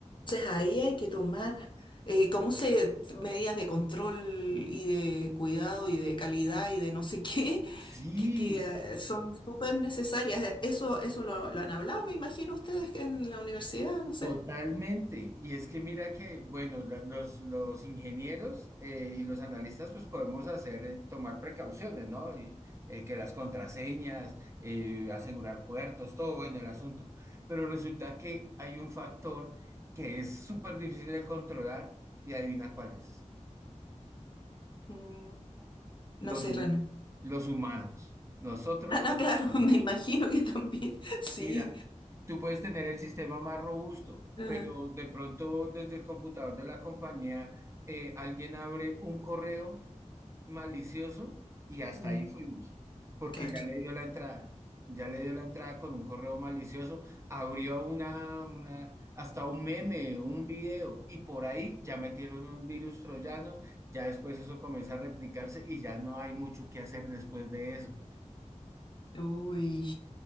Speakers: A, on the left (about 40°); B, on the right (about 25°).
A: ahí hay que tomar, eh, ¿cómo se medidas de control y de cuidado y de calidad y de no sé <laughs> qué,
B: Sí,
A: que, que,
B: s-
A: eh, son súper necesarias? Eh, Eso, eso lo, lo han hablado, me imagino ustedes en la universidad, no sé.
B: totalmente. Y es que mira que, bueno, la- los, los ingenieros eh, y los analistas pues podemos hacer, eh, tomar precauciones, ¿no? Y, eh, que las contraseñas, eh, asegurar puertos, todo bueno el asunto. Pero resulta que hay un factor que es súper difícil de controlar y adivina cuál es.
A: Mm, No
B: Los,
A: sé
B: hu-
A: realmente. <laughs>
B: los humanos. Nosotros
A: Ah,
B: los
A: no, claro,
B: humanos.
A: <laughs> me imagino que también, sí.
B: Mira, tú puedes tener el sistema más robusto,
A: eh,
B: pero de pronto desde el computador de la compañía eh, alguien abre un correo malicioso y hasta
A: mm,
B: ahí fuimos, porque
A: claro.
B: ya le dio la entrada, ya le dio la entrada con un correo malicioso, abrió una, una- hasta un meme, un video y por ahí ya metieron un virus troyano, ya después eso comienza a replicarse y ya no hay mucho que hacer después de eso.
A: Uy.